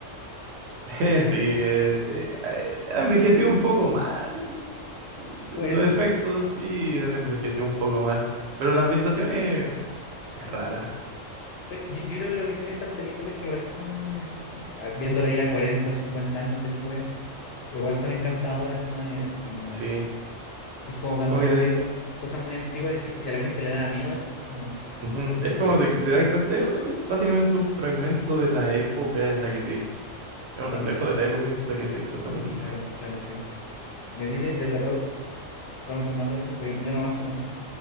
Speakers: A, on the right; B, on the left.
A: <laughs> Sí, eh, eh, eh, ha envejecido un poco mal. Los
B: Puede ser.
A: efectos sí han envejecido un poco mal, pero la ambientación es, es rara,
B: Pe- Yo, yo creo que lo que tienen esas películas que igual son, ah, viéndola ya 40 50 años después, igual son encantadoras a su manera. Como,
A: sí.
B: es como cuando
A: Como
B: uno
A: que te,
B: ve cos- cosas muy antiguas y, dice- y a la gente le da miedo esto. es Como,
A: ujú, es como te, te das cuenta, es eh, básicamente un fragmento de la época en la que se hizo. Es un
B: mm,
A: reflejo de la época en la que se hizo esa película.
B: claro, claro, sí. po. ¿Y a ti de, de terror? ¿Conoces más de terror? Porque yo, yo no conozco mucho.